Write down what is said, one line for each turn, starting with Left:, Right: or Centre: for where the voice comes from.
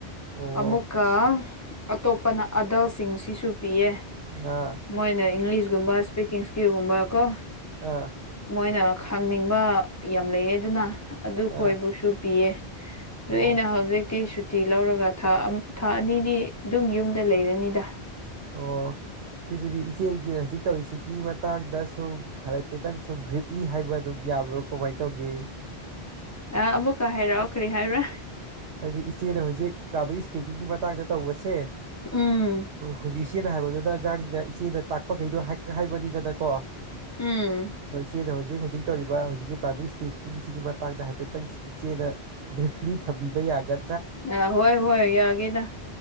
Right: ꯑꯣ
Left: ꯑꯃꯨꯛꯀ ꯑꯇꯣꯞꯄꯅ ꯑꯗꯜꯁꯤꯡꯁꯤꯁꯨ ꯄꯤꯌꯦ
Right: ꯑꯥ
Left: ꯃꯣꯏꯅ ꯏꯪꯂꯤꯁ ꯒꯨꯝꯕ ꯁ꯭ꯄꯤꯀꯤꯡ ꯁ꯭ꯀꯤꯜꯁꯒꯨꯝꯕ ꯀꯣ
Right: ꯑꯥ
Left: ꯃꯣꯏꯅ ꯈꯪꯅꯤꯡꯕ ꯌꯥꯝ ꯂꯩꯌꯦ ꯑꯗꯨꯅ ꯑꯗꯨ ꯈꯣꯏꯕꯨꯁꯨ
Right: ꯑꯥ
Left: ꯄꯤꯌꯦ ꯑꯗꯨ
Right: ꯑꯣ
Left: ꯑꯩꯅ ꯍꯧꯖꯤꯛꯇꯤ ꯁꯨ ꯇꯤ ꯂꯧꯔꯒ ꯊꯥ ꯊꯥ ꯑꯅꯤꯗꯤ ꯑꯗꯨꯝ ꯌꯨꯝꯗ ꯂꯩꯔꯅꯤꯗ
Right: ꯑꯣ ꯁꯤꯗꯗꯤ ꯏꯆꯦꯜꯒꯤ ꯍꯧꯖꯤꯛ ꯇꯧꯔꯤꯁꯤꯒꯤ ꯃꯇꯥꯡꯗ ꯁꯨꯝ ꯈꯔ ꯍꯥꯏꯐꯦꯠꯇꯪ ꯁꯨꯝ ꯕ꯭ꯔꯤꯞꯂꯤ ꯍꯥꯏꯕ ꯑꯗꯨꯝ ꯌꯥꯕ꯭ꯔꯣ ꯀꯝꯃꯥꯏ ꯇꯧꯒꯦ <inaudible>
Left: ꯑꯥ ꯑꯃꯨꯛꯀ ꯍꯥꯏꯔꯛꯑꯣ ꯀꯔꯤ ꯍꯥꯏꯕ꯭ꯔ
Right: ꯍꯥꯏꯗꯤ ꯏꯆꯦꯅ ꯍꯧꯖꯤꯛ <unintelligible> ꯏꯁꯄꯤꯀꯤꯡꯒꯤ ꯃꯇꯥꯡꯗ ꯇꯧꯕꯁꯦ
Left: ꯎꯝ
Right: ꯍꯨꯖꯤꯛ ꯏꯆꯦꯅ ꯍꯥꯏꯕꯗꯣ <unintelligible> ꯑꯉꯥꯡꯗ ꯏꯆꯦꯅ ꯇꯥꯛꯄꯒꯩꯗꯣ ꯍꯥꯏꯈ꯭ꯔꯦ ꯍꯥꯏꯕꯅꯤꯗꯅꯀꯣ <unintelligible>
Left: ꯎꯝ
Right: ꯏꯆꯦꯅ ꯍꯧꯖꯤꯛ ꯍꯧꯖꯤꯛ ꯍꯧꯖꯤꯛ ꯇꯧꯔꯤꯕ ꯍꯧꯖꯤꯛꯀꯤ ꯄꯥꯕ꯭ꯂꯤꯛ ꯏꯁꯄꯤꯀꯤꯡꯁꯤꯒꯤ ꯃꯇꯥꯡꯗ ꯍꯥꯏꯐꯦꯠꯇꯪ ꯏꯆꯦꯅ ꯕ꯭ꯔꯤꯞꯂꯤ ꯊꯝꯕꯤ ꯕ ꯌꯥꯒ
Left: ꯑ ꯍꯣꯏ ꯍꯣꯏ ꯌꯥꯒꯦꯗ